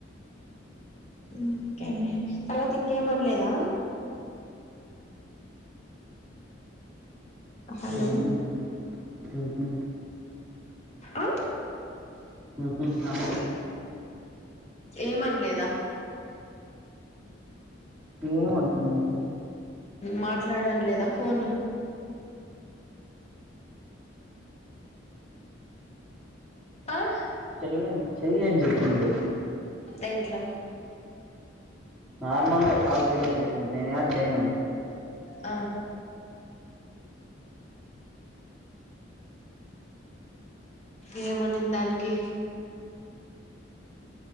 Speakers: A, on the left; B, in the centre.
A: ఇంకేమి తర్వాత ఇంకేం అన్లేద హలో
B: ఊహు, ఊహు,
A: అ
B: ఉహు అన్ లె
A: ఏమ్ అన్లేద
B: ఏమంటుంది
A: మాట్లాడు అన లేద ఫోన్ అహ్
B: చెల్లి నువ్ చెయ్ అని చెప్పింది
A: దేంట్లో
B: నార్మల్గా కాల్ చేయ్ అని చెప్పింది నేను యాడ్ చేయను అంటి
A: అ ఏమనింద్ దానికి